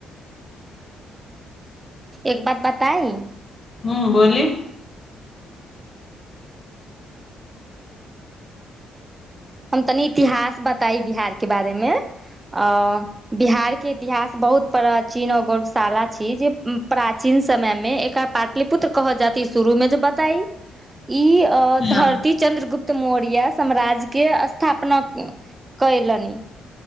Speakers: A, on the right (about 20°); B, on the left (about 35°).
A: एक बात बताई।
B: हू बोली।
A: हम तनी इतिहास बताइ बिहारके बारेमे आ बिहारके इतिहास बहुत प्राचीन आओ गौरवशाला छी जे प्राचीन समयमे एकर पाटलिपुत्र कहल जात शुरूमे जे बताई। ई अ
B: हँ
A: धरती चंद्रगुप्त मौर्य साम्राज। के स्थापना कयलनि।